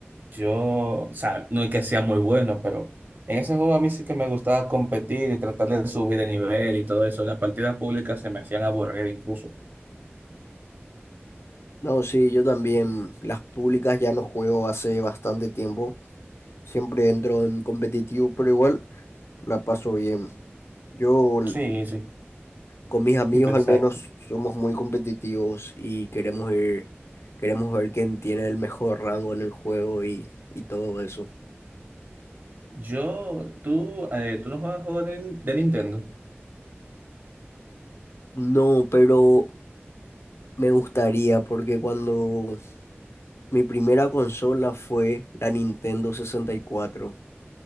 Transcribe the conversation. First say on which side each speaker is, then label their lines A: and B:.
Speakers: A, on the right (about 45°); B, on the left (about 75°).
A: Yo, o sea, no es que sea muy bueno, pero en ese juego a mí sí que me gustaba competir y tratar de subir de nivel y todo eso. Las partidas públicas se me hacían aburrir incluso.
B: No, sí, yo también. Las públicas ya no juego hace bastante tiempo. Siempre entro en competitivo, pero igual la paso bien. Yo l-
A: Sí, sí,
B: con mis amigos
A: exacto.
B: al menos somos muy competitivos y queremos ir, queremos ver quién tiene el mejor rango en el juego y, y todo eso.
A: Yo, tú, eh, tú no juegas juegos de, de Nintendo.
B: No, pero me gustaría porque cuando mi primera consola fue la Nintendo sesenta y cuatro